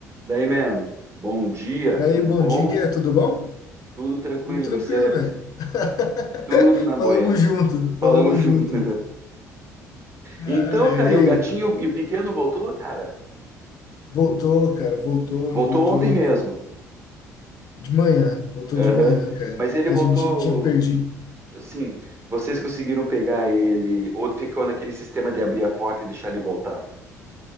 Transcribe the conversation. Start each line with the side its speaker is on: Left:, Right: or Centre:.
Right: Daí, man, bom dia,
Left: Daí,
Right: tudo
Left: bom
Right: bom?
Left: dia, tudo bom?
Right: Tudo tranquilo
Left: Tudo tranquilo,
Right: e você?
Left: velho. <laughs>
Right: Tudo na Buenas.
Left: Falamos junto, falamos
Right: Falamos junto.
Left: junto.
Right: <laughs>
Left: Ai,
Right: Então, cara,
Left: ai,
Right: e o
Left: ai.
Right: gatinho e o pequeno voltou, cara?
Left: Voltou, cara, voltou,
Right: Voltou
Left: voltou
Right: ontem mesmo.
Left: de manhã, voltou
Right: Aham.
Left: de manhã, cara.
Right: Mas ele
Left: A
Right: voltou,
Left: gente tinha perdido.
Right: assim, vocês conseguiram pegar ele ou ficou naquele sistema de abrir a porta e deixar ele voltar?